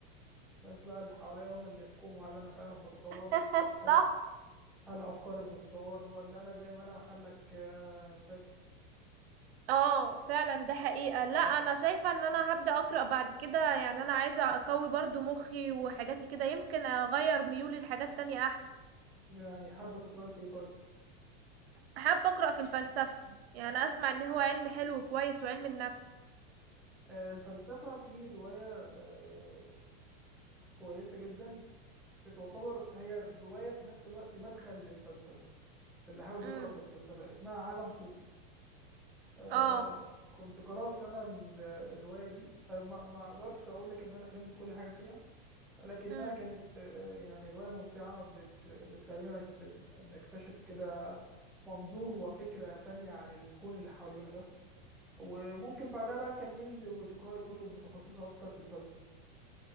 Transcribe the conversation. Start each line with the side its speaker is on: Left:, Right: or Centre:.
Centre: الناس بقى اللي حواليا هم اللي يحكموا هل أنا فعلا بتطور
Right: <laughs>
Centre: هل
Right: صح
Centre: هل أفكاري بتتطور ولا أنا زي ما أنا محلك آه، ساكت
Right: اه فعلا ده حقيقة لا انا شايفة ان انا هبدأ اقرأ بعد كده يعني انا عايزة اقوي برضو مخي وحاجاتي كده يمكن اغير ميولي لحاجات تانية احسن
Centre: يعني حابة تقرأي في إيه طيب
Right: حابة أقرأ في الفلسفة يعني أسمع إن هو علم حلو وكويس وعلم النفس
Centre: آه، الفلسفة في رواية آه، كويسة جدا بتعتبر هي الرواية في نفس الوقت مدخل للفلسفة اللي حابب
Right: امم
Centre: يقرأ في الفلسفة اسمها عالم صوفي آه،
Right: اه
Centre: كنت قرأت أنا ال- الرواية دي آه، ما ما أقدرش أقول لك إن أنا فهمت كل حاجة فيها لكنها
Right: امم
Centre: كانت آه، يعني رواية ممتعة بت بتخلينا نكت- نكتشف كده منظور وفكرة تانية عن الكون اللي حوالينا ده وممكن بعدها بقى تكملي وتقرأي كتب متخصصة أكتر في الفلسفة